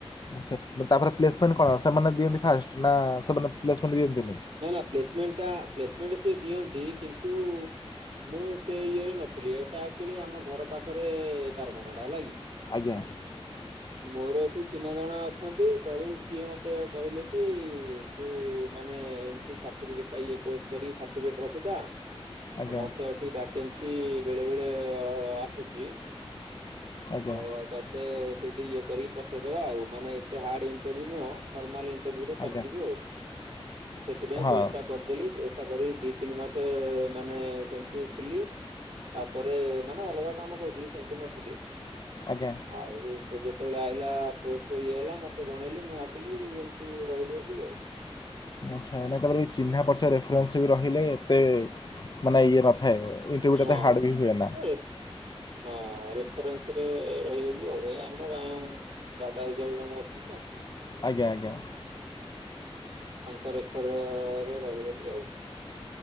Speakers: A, on the left; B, on the right.
A: ଆଛା ତାପରେ ପ୍ଲେସମେଣ୍ଟ କଣ ସେମାନେ ଦିଅନ୍ତି ଫାଷ୍ଟ ନା ସେମାନେ ପ୍ଲେସ୍ମେଣ୍ଟ ଦିଅନ୍ତିନିଁ?
B: ନା ନା ପ୍ଲେସ୍ମେଣ୍ଟ ପସମେଣ୍ଟଟା ସେ ଦିଅନ୍ତି କିନ୍ତୁ। ମୁଁ ସେ ଇଏରେ ନଥିଲି ଏଟା ଆକ୍ଚୁଆଲି ଆମ ଘର ପାଖରେ କାରଖାନା ଟା ହେଲା କି।
A: ଆଜ୍ଞା।
B: ମୋର ଏଠି ଚିହ୍ନା ଜଣା ଅଛନ୍ତି ତେଣୁ ସିଏ ମତେ ଏୟା କହିଲେ କି ତୁ ମା ନେ ଏମତି ସାଟିଫିକେଟ୍ ଟା ଇଏ କୋର୍ସ କରି ସାଟିଫିକେଟ୍ ରଖୁଥା ଆଉ
A: ଆଜ୍ଞା
B: ମତେ। ଏଠି ଭାକେନ୍ସି ବେଳେ ବେଳେ ଆସୁଛି
A: ଆଜ୍ଞା
B: ଆଉ ତ ତେ ସେଇଠି ଇଏ କରିକି ପଠେଇଦବା ଆଉ ମାନେ ଏତେ ହାର୍ଡ ଇଣ୍ଟରଭିୟୁ ନୁହଁ। ନର୍ମାଲ ଇଣ୍ଟରଭିୟୁରେ
A: ଆଜ୍ଞା
B: ପସିଯିବୁ ଆଉ। ସେଥିପାଇଁ
A: ହଁ
B: କୋର୍ସ କରିଦେଲି କୋର୍ସଟା କରି ଦି ତିନି ମାସେ ମାନେ ସେମତି ଥିଲି। ତାପରେ ମାନେ ଅଲଗା କାମ କରୁଥିଲି ସେମତି ନଥିଲି।
A: ଆଜ୍ଞା।
B: ଆଉ ତ ଯେତବଳେ ଆଇଲା ପୋଷ୍ଟ ଇଏ ହେଲା ମତେ ଜଣେଇଲେ ମୁଁ ଆସିଲି ଏମତି ରହୁଲି ବୋଲି ଆଉ।
A: ଆଚ୍ଛା ନାଇଁ ତାପରେ ବି ଚିହ୍ନା ପର୍ଚ ରେଫରେନ୍ସରେ ବି ରହିଲେ ଏତେ ମାନେ ଇଏ ନଥାଏ ଇ ତେ ଗୁଡ଼ା
B: ହଁ
A: ତ ହାଡ଼୍ ବି ହୁଏନା‌।
B: ଏ ହଁ ରେରେନ୍ସରେ ରହିଗଲୁ ଆଉ ଏ ଆମ ଗାଁ ଦାଦା ହିସାବରେ ଜଣେ ଅଛନ୍ତି ତ।
A: ଆଜ୍ଞା ଆଜ୍ଞା।
B: ତାଙ୍କ ରେଫରରେ ରହିଗଲି ଆଉ।